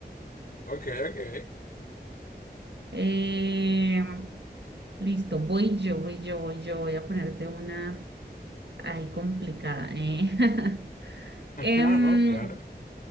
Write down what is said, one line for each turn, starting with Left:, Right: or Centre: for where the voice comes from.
Left: Ok, ok.
Right: Eh, listo, voy yo, voy yo, voy yo. Voy a ponerte una ahí complicada. eh. <laughs>
Left: <laughs>
Right: Em,
Left: No, no, claro.